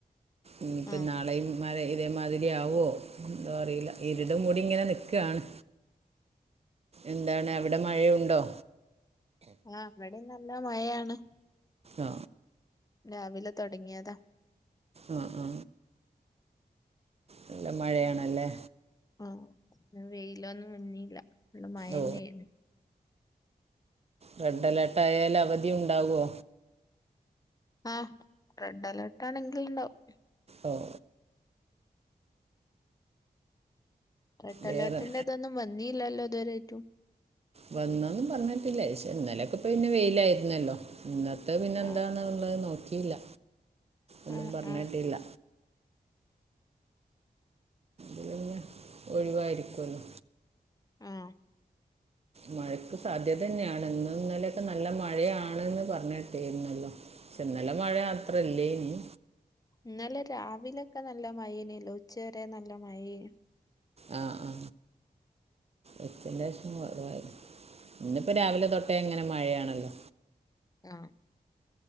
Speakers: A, on the right; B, on the left.
A: ഇനിയിപ്പൊ
B: ആഹ്
A: നാളെയും മ ഇതേമാതിരിയാവോ എന്തോ അറീല ഇരുട് മുടിങ്ങനെ നിക്കാണ് എന്താണ് അവിടെ മഴയുണ്ടോ
B: ആ ഇവിടിം നല്ല മഴയാണ്
A: ആ
B: രാവിലെ തൊടങ്ങ്യേതാ
A: ആ ആ നല്ല മഴയാണല്ലേ
B: ആ വെയിലൊന്നും വന്നീല്ല ഫുള്ള് മയന്നേണ്
A: ഓ റെഡ് അലേർട്ട് ആയാൽ അവധി ഉണ്ടാവോ
B: ആ റെഡ് അലേർട്ട് ആണെങ്കിൽണ്ടാവും
A: ഓ
B: റെഡ്
A: വേറെ
B: അലേർട്ടിന്റെതൊന്നും വന്നീല്ലല്ലോ ഇതുവരെയ്റ്റും
A: വന്നാെന്നും പറഞ്ഞേട്ട്ല്ല ക്ഷെ ഇന്നലൊക്കെ ഇപ്പ പിന്നെ വെയ്ലായ്ര്ന്നല്ലോ ഇന്നത്തെ പിന്നെന്താണ്ള്ളെ
B: ആഹ്
A: നോക്കീല്ല ഒന്നും
B: ആഹ്
A: പറഞ്ഞേട്ടില്ല
B: ആഹ്
A: അത് പിന്നെ ഒഴിവായ്രിക്കൊല്ലോ
B: ആ
A: മഴക്ക് സാധ്യതന്നേണ് ഇന്നും ഇന്നലെയൊക്കെ നല്ല മഴയാണ്ന്ന് പറഞ്ഞേട്ടീര്ന്നല്ലോ ഇന്നലെ മഴ അത്രല്ലേനി
B: ഇന്നലെ രാവിലൊക്കെ നല്ല മയേന്യെല്ലോ ഉച്ചവരെ നല്ല മയേനി
A: ആ ആ ഉച്ചന്റെ ശേഷം കൊറവായിര് ഇന്നിപ്പോ രാവിലെ തൊട്ടേ ങ്ങനെ മഴയാണല്ലോ
B: ആ